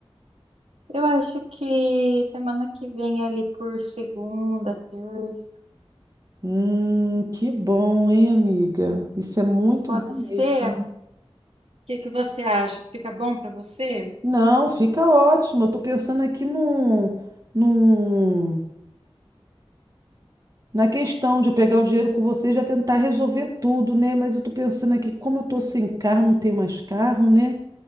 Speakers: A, on the right; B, on the right.
A: Eu acho que semana que vem ali por segunda, terça,
B: Hum, que bom, hein, amiga? Isso é muito
A: pode
B: bom mesmo.
A: ser? O que que você acha? Fica bom pra você?
B: Não, fica ótimo. Eu tô pensando aqui num, num, na questão de eu pegar o dinheiro com você e já tentar resolver tudo, né? Mas eu tô pensando aqui, como eu tô sem carro, não tenho mais carro, né?